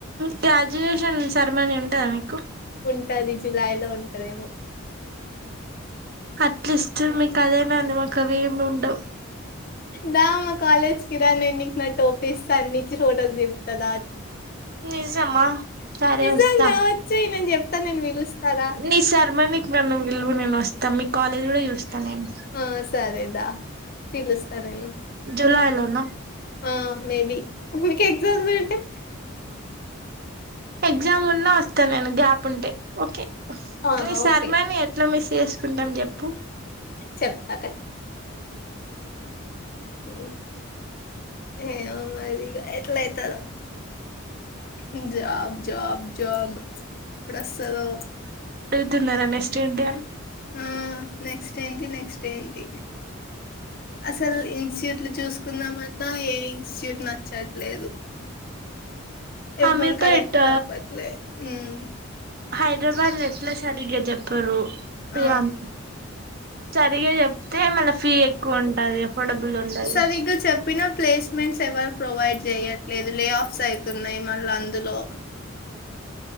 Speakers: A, on the right (about 45°); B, on the left (about 45°).
A: గ్రాడ్యుయేషన్ సర్మనీ ఉంటందా మీకు
B: ఉంటది లిచి లైన్ లో ఉంటుందేమో
A: అట్లీస్ట్ మీకు అదేనా ఉంది మాకు అవి ఏమి ఉండవు
B: దా మా కాలేజ్ కిరా నేను ఇంక నా టోపిస్తా అన్నించి ఫోటోలు దిపుతందా
A: నిజమా సారే
B: నిజంగా
A: వస్త
B: వచ్చేయి నేను చెప్తా నేను పిలుస్తారా
A: ని సర్ మ మీ మలు నేను వస్తా మీ కాలేజ్ కూడా చూస్తా నేను
B: ఆ సరేదా పిలుస్తా నేను
A: జులై లో నా
B: ఆ మేబి మీకు ఎగ్జామ్స్ ఉంటే
A: ఎగ్జామ్ ఉన్నా వస్తా నేను గ్యాప్ ఉంటే ఓకే
B: ఆ
A: నీ శర్మని
B: ఓకే
A: ఎట్లా మిస్ చేసుకుంటాం చెప్పు <inaudible>
B: చెప్తా హ ఏమో మరి ఇగా అట్లయితాదో ఉమ్ జాబ్ జబ్ జాబ్ ఎప్పుడొస్తదో.
A: తున్నర మేస్ట్ర డే అను.
B: ఆహ్ నెక్స్ట్ ఏంటి నెక్స్ట్ ఏంటి. అసలు ఇన్స్టిట్యూట్లు చూసుకుందాంమన్నా ఏ ఇన్స్టిట్యూట్ నచ్చట్లేదు.
A: <inaudible> హమీర్పేట్
B: ఎవ్వరూ కరెక్ట్ చెప్పట్లే ఉమ్.
A: హైదరాబాద్ లో ఎట్లా సరిగ్గా చెప్పారు ఫ్రీ
B: ఆ
A: అని. ఫ్రీగా చెప్తే మళ్ళ ఫీ ఎక్కువ ఉంటది. అఫోర్డబుల్ ఉండదు
B: సరిగ్గా చెప్పిన. ప్లేస్మెంట్స్ ఎవరు ప్రొవైడ్ చేయట్లేదు లే ఆఫ్స్ అవుతున్నాయి మళ్ళీ అందులో.